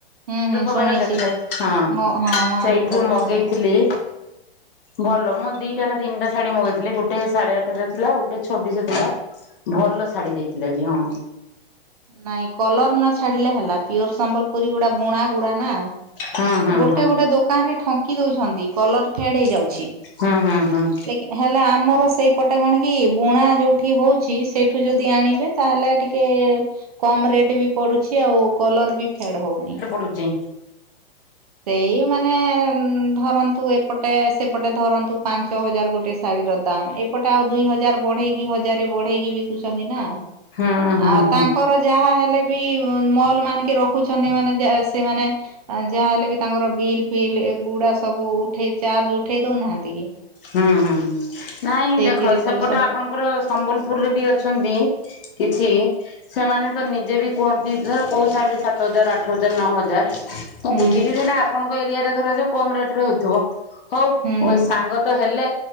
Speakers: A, on the right (about 40°); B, on the left (about 60°).
A: ହୁଁ ହୁଁ।
B: ମୋବାଇରେ
A: ଶୁଣିଛି
B: ଦେଖାଏ, ହଁ
A: ମୋ ହଁ ମହାବୀର
B: ସେଇଠୁ
A: କଲେକ୍ସନ
B: ମଗେଇଥିଲି
A: ଟା
B: ଭଲ ମୁଁ ଦିଟା ନା ତିନିଟା ଶାଢୀ ମଗେଇଥିଲି ଗୋଟେ ସାଢେ ଆଠ ହଜାର ଥିଲା ଆଉ ଗୋଟେ ଛବିଶହ ଥିଲା।
A: <inaudible>
B: ଭଲ ଶାଢୀ ଦେଇଥିଲେ ବି ହଁ।
A: ନାଇଁ କଲର ନ ଛାଡିଲେ ହେଲା ପିଓର ସମ୍ବଲପୁରୀ ଗୁଡା ବୁଣା ବୁଣା ନା।
B: ହୁଁ ହୁଁ
A: ଗୋଟେ
B: ହୁଁ
A: ଗୋଟେ ଦୋକାନ ରେ ଠଙ୍କି ଦଉଛନ୍ତି କଲର ଫେଡ ହେଇଯାଉଚି।
B: ହୁଁ ହୁ଼ଁ ହୁଁ।
A: ଲେକ୍ ହେଲା ଆମର ସେଇପଟେ କଣ କି ବୁଣା ଯୋଉଠି ହଉଚି ସେଇଠୁ ଯଦି ଆଣିବେ ତାହେଲେ ଟିକେ କମ ରେଟ୍ ବି ପଡୁଛି, ଆଉ କଲର ବି ଫେଡ ହଉନି।
B: ରୁଜି
A: ସେଇ ମାନେ ଧରନ୍ତୁ ଏପଟେ ସେପଟେ ଧରନ୍ତୁ ପାଞ୍ଚ ହଜାର ଗୋଟେ ଶ ଶାଢୀର ଦାମ୍ ଏପଟେ ଆଉ ଦୁଇ ହଜାର ବଢେଇକି ହଜାରରେ ବଢେଇକି ବିକୁୁଚନ୍ତି ନା।
B: ହୁଁ ହୁଁ
A: ଆଉ
B: ହୁଁ।
A: ତାଙ୍କର ଯାହା ହେଲେ ବି ମଲ ମାନକେ ରଖୁଚନ୍ତି ମାନେ ଯେ ସେମାନେ ଯାହା ହେଲେ ବି ତାଙ୍କର ବିଲ୍ ଫିଲ୍ ଏ ଗୁଡା ସବୁ ଉଠେଇ ଉଠେଇ ଦଉ ନାହାଁନ୍ତି କି?
B: ହୁଁ ହୁଁ ନାଇଁ
A: ସେଇଥିରେ
B: ଦେଖ ସେପଟେ
A: ପଇସା
B: ଆପଣଙ୍କର ସମ୍ବଲପୁରରେ ବି ଅଛନ୍ତି କିଛି ସେମାନେ ତ ନିଜେ ବି କୁହନ୍ତି ଧର କୋଉ ଶାଢୀରେ ସାତ ହଜାର ଆଠ ହଜାର ନଅ ହଜାର। ମୁଁ
A: ହୁଁ
B: ବୁଝିଚି ସେଟା ଆପଣଙ୍କ ଏରିଆ ରେ ଧରାଯାଉ କମ୍ ରେଟ୍ ରେ ହେଇଥିବ ହଉ
A: ହୁଁ
B: ସାଙ୍ଗ ହେଲେ